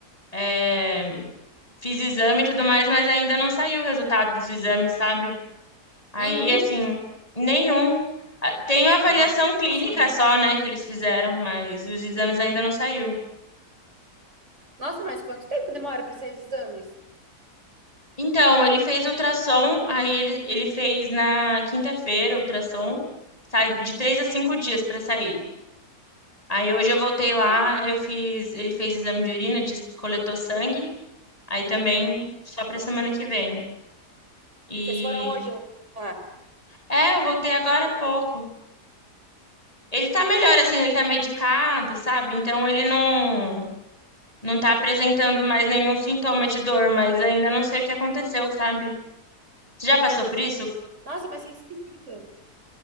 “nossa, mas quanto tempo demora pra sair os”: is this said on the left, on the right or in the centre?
Right